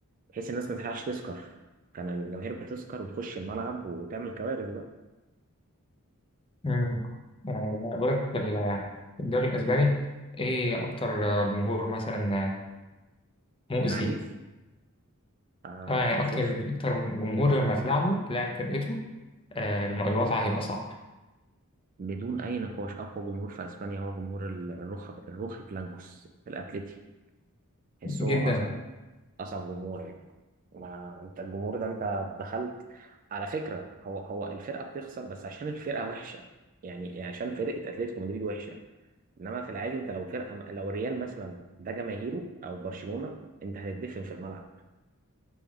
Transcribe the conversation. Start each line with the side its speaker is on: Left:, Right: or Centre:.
Right: بحيث الناس ما تلحقش تسكر كان الجماهير بتسكر وتخش الملعب وتعمل كوارث بقى
Left: امم يعني بقول لك في ال- في الدوري الاسباني ايه اكتر جمهور مثلا مؤذي؟
Right: عنيف آه،
Left: اه يعني
Right: اشوف
Left: اكتر اكتر جمهور لما تلعبه تلاعب فرقته آه، الم- الوضع هيبقى صعب
Right: بدون أي نقاش أقوى جمهور في أسبانيا هو جمهور ال- الروخ الروخي بلانكوس في الأتليتي تحس
Left: جدا
Right: هو أصعب أصعب جمهور يعني ما أنت الجمهور ده أنت دخلت على فكرة هو هو الفرقة بتخسر بس عشان الفرقة وحشة يعني يعني عشان فرقة أتلتيكو مدريد وحشة إنما في العادي أنت لو فرقة لو ريال مثلا ده جماهيره أو برشلونة أنت هتدفن في الملعب